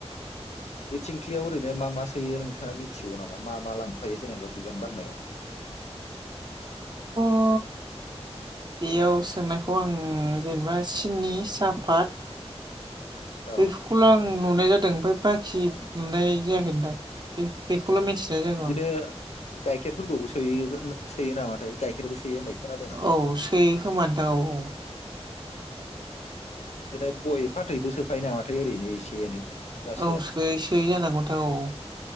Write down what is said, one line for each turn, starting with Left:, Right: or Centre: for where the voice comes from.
Left: बि थिंखलियाव ओरैनो मा मा सोयो नोंथाङा मिथ मिथिगौ नामा मा मा लांफायो जेनेबा बिबान बाननायाव?
Right: अ बेयाव सोंनायखौ आं जेनेबा सिनि सापात
Left: औ
Right: बेफोरखौल आं नुनाय जादों ओमफ्राय बाखि नुनाय जायाखै नोंथां। बेखौल मिन्थिनाय जागौ
Left: बिदिनो
Right: आं।
Left: गाइखेरफोरखौबो सोयो सोयो नामाथाय गाइखेरबो सोयो होननाय खोनादों आं
Right: औ सोयो खोमा नोंथां औ औ।
Left: बिदिनो गय फाथैबो सोफायो नामाथाय ओरैनो एसे एनै। ना सोआ
Right: औ सोयो सोयो जानांगौ नोंथा औ।